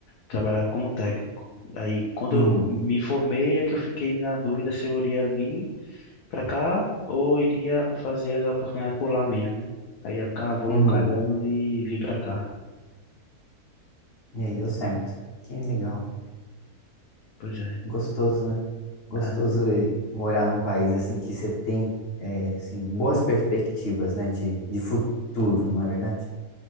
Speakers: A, on the left (about 80°); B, on the left (about 50°).
A: trabalhava como técnico. Aí quando
B: hum,
A: eu me formei é que eu fiquei na dúvida se eu iria vir para cá ou iria fazer as oportunidades por lá mesmo, né? Aí acabou
B: uhum.
A: calhando de vir para cá.
B: E aí deu certo. Que legal.
A: Pois é.
B: Gostoso, né? Gostoso
A: Aí,
B: morar num país assim que você tem é, assim, boas perspectivas, né, de, de futuro, não é verdade?